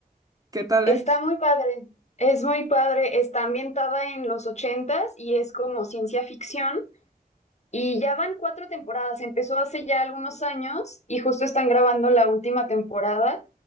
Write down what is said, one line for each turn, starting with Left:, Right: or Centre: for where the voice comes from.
Right: ¿Qué tal
Left: Está
Right: es?
Left: muy padre, es muy padre. Está ambientada en los ochentas y es como ciencia ficción. Y ya van cuatro temporadas, empezó hace ya algunos años y justo están grabando la última temporada.